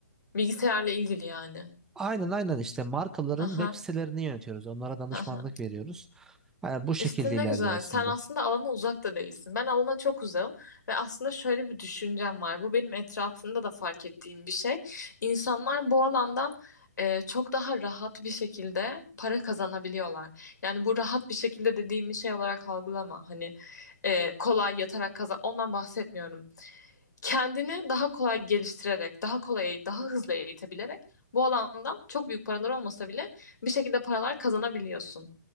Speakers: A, on the left; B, in the centre.
A: Bilgisayarla ilgili yani.
B: Aynen aynen işte markaların
A: Aha,
B: web sitelerini yönetiyoruz. Onlara danışmanlık
A: aha.
B: veriyoruz. Yani bu şekilde
A: İşte ne
B: ilerliyor
A: güzel.
B: aslında.
A: Sen aslında alana uzak da değilsin. Ben alana çok uzağım ve aslında şöyle bir düşüncem var. Bu benim etrafımda da fark ettiğim bir şey. İnsanlar bu alandan e, çok daha rahat bir şekilde para kazanabiliyorlar. Yani bu rahat bir şekilde dediğim bir şey olarak algılama. Hani e, kolay yatarak kazan. Ondan bahsetmiyorum. Kendini daha kolay geliştirerek, daha kolay, daha hızlı eğitebilerek bu alandan çok büyük paralar olmasa bile bir şekilde paralar kazanabiliyorsun.